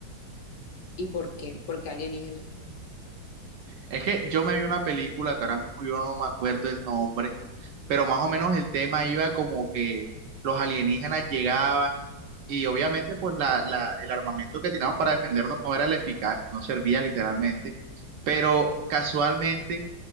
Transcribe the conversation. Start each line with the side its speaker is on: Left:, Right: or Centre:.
Left: ¿Y por qué? Porque alienígena.
Right: Es que yo me vi una película que ahora mismo yo no me acuerdo el nombre, pero más o menos el tema iba como que los alienígenas llegaban y obviamente pues la, la- el armamento que teníamos para defendernos no era el eficaz, no servía literalmente, pero casualmente